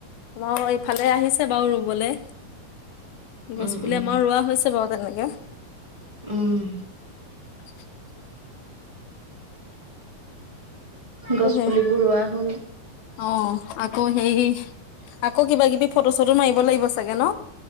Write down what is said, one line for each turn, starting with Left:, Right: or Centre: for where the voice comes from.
Left: মই এইফালে আহিছে বাৰু ৰুমলৈ। গছ
Right: উম
Left: পুলি
Right: উম
Left: আমাৰ ৰোৱা হৈছে বাৰু তেনেকে।
Right: উম।
Left: <unintelligible>
Right: গছ
Left: উম
Right: পুলিবোৰ ৰোৱা হ'ল।
Left: অ, আকৌ হেই আকৌ কিবা কিবি ফটো চটো মাৰিব লাগিব চাগে ন?